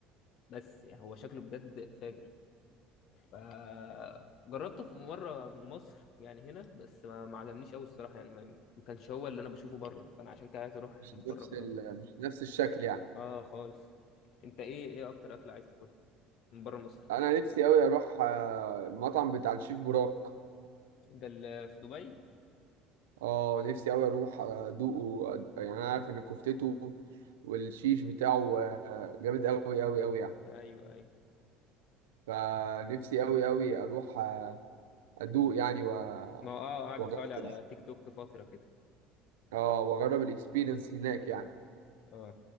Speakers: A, on the left; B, on the right.
A: بس يعني هو شكله بجد فاجر فجربته في مره من مصر يعني هنا بس ما, ما عجبنيش قوي الصراحه يعني ما... ما كانش هو اللي انا بشوفه بره فانا عشان كده عايز اروح
B: مش
A: من بره
B: نفس
A: اجربه
B: ال... مش نفس الشكل يعني
A: اه خالص انت ايه ايه اكتر اكله عايز تاكلها من بره مصر
B: انا نفسي قوي اروح آه، المطعم بتاع الشيف براك
A: ده اللي في دبي
B: اه نفسي قوي اروح آه، ادوقه أد- يعني انا عارف ان كفتته والشيش بتاعه آه، جامد قوي قوي قوي يعني
A: ايوه ايوه
B: فنفسي قوي قوي اروح آه، ادوق يعني و
A: ما هو اه قعد
B: واجرب
A: يطلع لي على تيك توك فتره كده
B: اه واجرب الاكسبيرينس هناك يعني
A: اه